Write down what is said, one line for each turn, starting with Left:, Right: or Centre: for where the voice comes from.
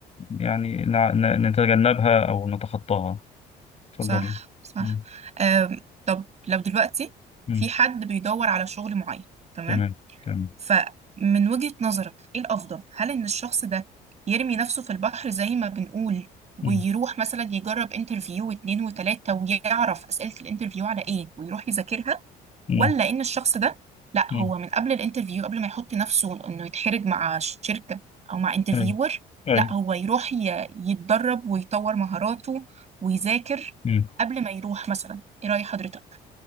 Left: يعني نع- ن- نتجنبها او نتخطاها اتفضلي
Right: صح صح
Left: مم.
Right: أم، طب لو دلوقتي
Left: مم.
Right: في حد بيدور على شغل معين تمام
Left: تمام تمام
Right: فمن وجهة نظرك ايه الأفضل هل إن الشخص ده يرمي نفسه في البحر زي ما بنقول ويروح
Left: مم.
Right: مثلا يجرب انترفيو واتنين وتلاتة ويعرف أسئلة الانترفيو على ايه ويروح يذاكرها
Left: مم.
Right: ولا ان الشخص ده لا
Left: مم.
Right: هو من قبل الانترفيو قبل ما يحط نفسه انه يتحرج مع شركة او مع انترفيور
Left: أي. أي.
Right: لا هو يروح ي- يتدرب ويطور مهاراته ويذاكر
Left: مم.
Right: قبل ما يروح مثلا ايه رأي حضرتك